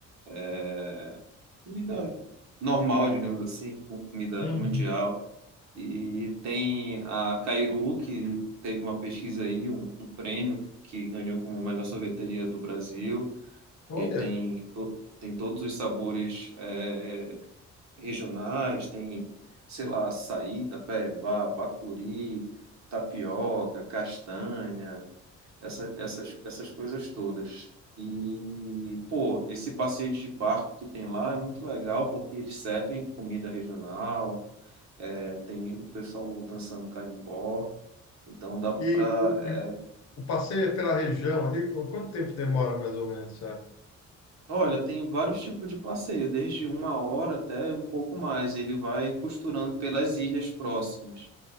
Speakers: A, on the right; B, on the left.
A: é, comida normal, digamos assim, com- comida
B: Uhum.
A: mundial. E tem a Cairu, que teve uma pesquisa aí, um, um prêmio que ganhou como melhor sorveteria do Brasil,
B: Olha.
A: que tem, to- tem todos os sabores. é, regionais, tem, sei lá, açaí, tapeba, bacuri, tapioca, castanha, essa, essas, essas coisas todas. E, pô, esse passeio de barco que tem lá é muito legal porque eles servem comida regional, é, tem o pessoal dançando carimbó, então dá
B: E
A: pra.
B: o,
A: é,
B: e o o passeio é pela região ali, qu- quanto tempo demora mais ou menos,
A: olha, tem vários tipos de passeio, desde uma hora até um pouco mais. Ele vai costurando pelas ilhas próximas.